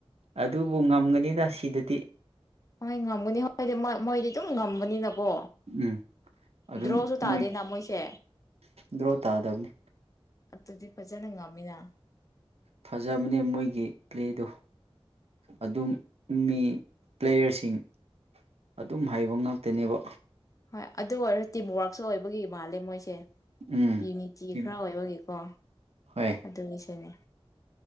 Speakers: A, on the right; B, on the left.
A: ꯑꯗꯨꯕꯨ ꯉꯝꯒꯅꯤꯗ ꯁꯤꯗꯗꯤ
B: ꯍꯣꯏ ꯉꯝꯒꯅꯤ ꯍꯣꯏꯗꯤ ꯃꯣꯏꯗꯤ ꯑꯗꯨꯝ ꯉꯝꯕꯅꯤꯅꯀꯣ
A: ꯎꯝ ꯑꯗꯨꯝ
B: ꯗ꯭ꯔꯣꯁꯨ ꯇꯥꯗꯦꯅ
A: ꯃꯣꯏ
B: ꯃꯣꯏꯁꯦ
A: ꯗ꯭ꯔꯣ ꯇꯥꯗꯕꯅꯤ
B: ꯑꯗꯨꯗꯤ ꯐꯖꯅ ꯉꯝꯃꯤꯗ
A: ꯐꯖꯕꯅꯦ ꯃꯣꯏꯒꯤ ꯄ꯭ꯂꯦꯗꯣ ꯑꯗꯨꯝ ꯃꯤ ꯄ꯭ꯂꯦꯌꯔꯁꯤꯡ ꯑꯗꯨꯝ ꯍꯩꯕ ꯉꯥꯛꯇꯅꯦꯕ
B: ꯍꯣꯏ ꯑꯗꯨ ꯑꯣꯏꯔꯣ ꯇꯤꯝꯋꯥꯔꯛꯁꯨ ꯑꯣꯏꯕꯒꯤ ꯃꯥꯜꯂꯦ ꯃꯣꯏꯁꯦ
A: ꯎꯝ
B: ꯌꯨꯅꯤꯇꯤ
A: ꯇꯤꯝ
B: ꯈꯔ ꯑꯣꯏꯕꯒꯤ ꯀꯣ
A: ꯍꯣꯏ
B: ꯑꯗꯨꯒꯤꯁꯨꯅꯦ